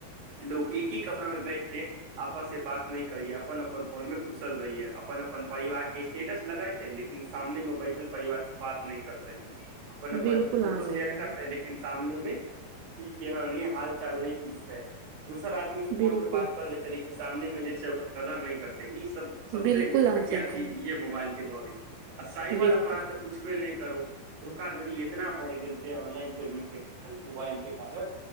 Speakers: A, on the right (about 55°); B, on the right (about 80°).
A: लोग एक ही कपड़ा में बैठकेे आपस से बात नहि करियै अपन अपन फोन में घुसल रहहिय अपन अपन परिवार स्टेटस लगेते है लेकिन सामने में बैठल परिवार से बात नेऽ करते अपन अपन
B: बिलकुल
A: फोटो
B: अहाँ सही
A: शेयर
B: कहलहु
A: करता ल सामने मे की कह ह हाल चाल नहि पूछताेै दोसर आदमी से फोन
B: बिलकुल
A: परे बात कर लेते लेकिन सामने मे जे छै ओकर कदर नहि करते ई सब सबस
B: बिलकुल अहाँ
A: घटिया
B: सही
A: चीज
B: कहलहु
A: ये मोबाइल के भाविक आ साइबर
B: बिलकुल
A: अपराध त पुछबे नहि करो धोखाधड़ी इतना बढ़ि गेल छै ऑनलाइन पेमेंट के कारण मोबाइल के कारण